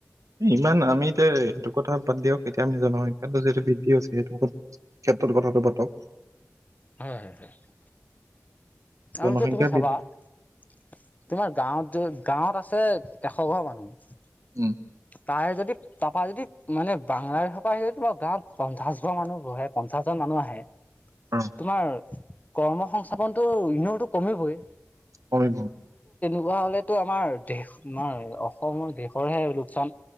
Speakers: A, on the right; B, on the left.
A: ইমান আমি এতিয়া সেইটো কথা বাদ দিয়ক। এতিয়া আমি জনসংখ্যাটো যিটো বৃদ্ধি হৈছে সেইটো ক্ষেত্ৰত। কথাটো পাতক
B: হয় হয়।
A: জনসংখ্যা
B: আৰু যে তুমি চাবা
A: বৃদ্ধি
B: তোমাৰ গাঁৱত যে গাঁৱত আছে এশ ঘৰ মানুহ।
A: উম
B: তাৰে যদি যদি তাৰপৰা যদি মানে বাংলাৰ সৰ পৰা আহি যদি গাঁৱত পঞ্চাছবৰ মানুহ বহে পঞ্চাছজন মানুহ আহে।
A: অ
B: তোমাৰ কৰ্ম সংস্থাপনতটো ইনৰতো কমিবই।
A: হয়।
B: পোৱা হ'লেতো আমাৰ দেশ আমাৰ অসমৰ দেশৰহে লোকচান।